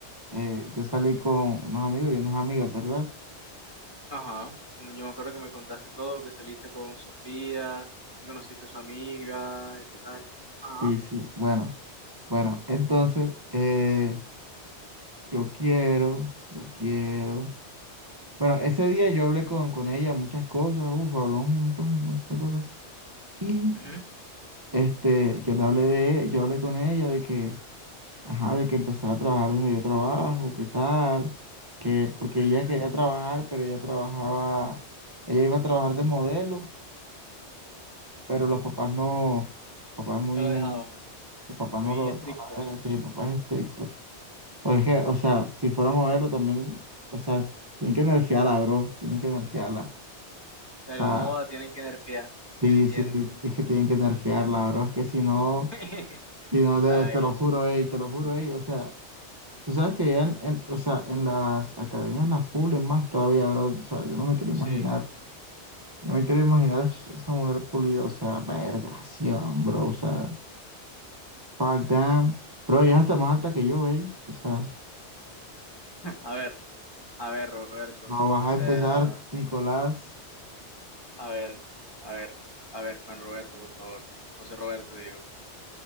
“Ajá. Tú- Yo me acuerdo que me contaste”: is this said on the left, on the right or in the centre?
Left